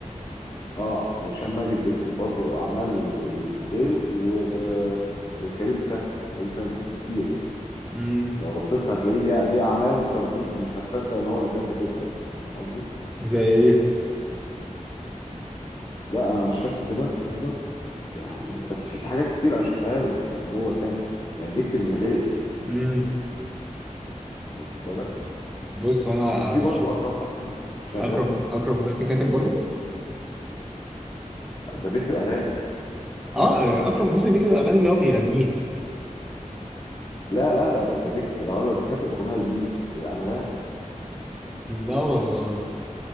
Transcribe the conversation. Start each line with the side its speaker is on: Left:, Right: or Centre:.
Left: اه وهشام ماجد بيكتب برضو اعمال و- وغيره وكريم فهمي كريم فهمي بيكتب كتير يعني
Centre: امم
Left: لو بصيت هتلاقيه ليه ليه اعمال انت بتقول مش هتصدق ان هو اللي كان كاتبها يعني فاهم قصدي
Centre: زي ايه
Left: لا انا مش فاكر دلوقتي بالظبط يعني بس في حاجات كتير انا شفتها له يعني هو كان يعني بيكتب لغيره
Centre: امم
Left: واخد بالك
Centre: بص انا
Left: وفي
Centre: ارشح
Left: برضه اكرم حسني شغال
Centre: اكرم اكرم حسني كاتب برضو
Left: ده بيكتب اغاني
Centre: اه اكرم حسني بيجي الاغاني اللي هو بيغنيها
Left: لا لا لا ده ده بيكتب ده اقول لك ده كاتب اغنيه لمين؟ لانغام
Centre: لا والله